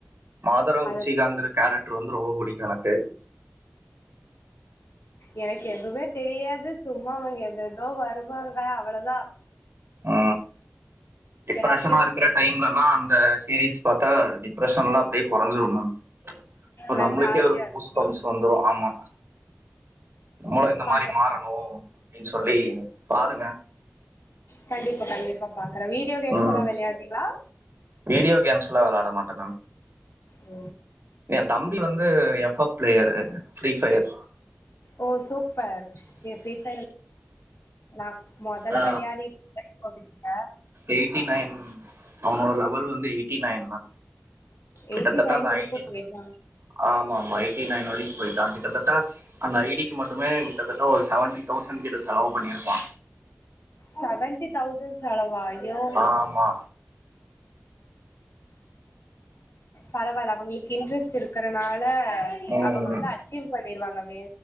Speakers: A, on the right (about 65°); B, on the left (about 85°).
A: மாதரா
B: அது
A: உச்சிகாங்கிற கேரக்டர் வந்து ரொம்ப புடிக்கு எனக்கு
B: எனக்கு எதுவ்மே தெரியாது சும்மா அவங்க எதெதோ வருவாங்க அவ்ளதா
A: ஆ இத்தன
B: டபிள்யூ
A: வர்ஷமா இருக்ற டைம்லல்லா அந்த சீரிஸ் பாத்தா டிப்ரெஷன் எல்லா அப்டியே கொறஞ்சிரு மேம் இப்ப
B: நா
A: நம்ளுக்கே
B: ஜாலியா
A: ஒரு கூஸ்
B: இருக்கு
A: பம்ப்ஸ் வந்துரு ஆமா நம்ளு இந்த
B: பாக்கறதுக்கு
A: மாரி மாறனு அப்டின் சொல்லி பாருங்க
B: கண்டிப்பா கண்டிப்பா பாக்குறே வீடியோ கேம்ஸ்
A: ம்
B: எல்லா வெளயாட்றீங்ளா
A: வீடியோ கேம்ஸ்லா வெளாட மாட்டே நான்
B: ஓ
A: எ தம்பி வந்து F F player free fire
B: ஓ சூப்பர் எ ஃப்ரீ ஃபயரு நா மொதல்ல
A: ஆ
B: வெளயாடிட்ருப்பே இப்ப விட்டுடே
A: எயிட்டி நைன் அவனோட லெவல் வந்து எயிட்டி நைன் தா கிட்டத்தட்ட
B: எயிட்டி நைன்
A: அந்த
B: வரைக்கு
A: ஐடி
B: போயிட்டாங்க
A: ஆமாமா எயிட்டி நைன் வரைக்கு போய்ட்டா கிட்டத்தட்ட அந்த ஐடி க்கி மட்டுமே கிட்டத்தட்ட ஒரு செவன்டி தௌசண்ட் கிட்ட செலவு பண்ணிருப்பா
B: செவன்டி தௌசண்ட் செலவா ஐயோ
A: ஆமா
B: பரவால்ல அவங்களுக்கு இன்ட்ரெஸ்ட் இருக்கறனால
A: ம்
B: அவங்க வந்து அச்சீவ் பண்ணிருவாங்க வே